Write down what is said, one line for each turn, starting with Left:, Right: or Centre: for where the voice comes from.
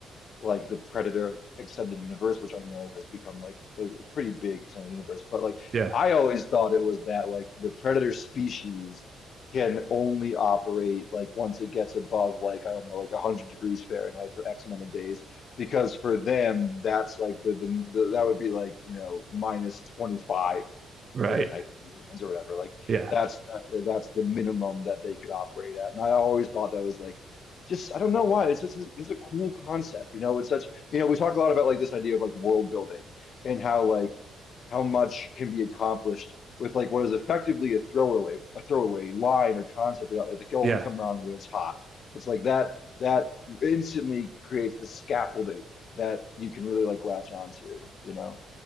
Left: like the Predator extended universe, which I know has become like a pretty big extended universe, but like
Right: Yeah,
Left: I always thought it was that like the Predator species can only operate like once it gets above like I don't know like 100 degrees Fahrenheit for X amount of days because for them that's like the the, the that would be like you know minus 25
Right: right.
Left: Fahrenheit for humans or whatever like
Right: Yeah,
Left: that's that, that's the minimum that they could operate at and I always thought that was like just I don't know why. It's just this a cool concept, you know. It's such you know we talk a lot about like this idea of like world building and how like how much can be accomplished with like what is effectively a throwaway a throwaway line or concept about like they can only
Right: yeah,
Left: come around when it's hot. It's like that that instantly creates the scaffolding that you can really like latch onto, you know.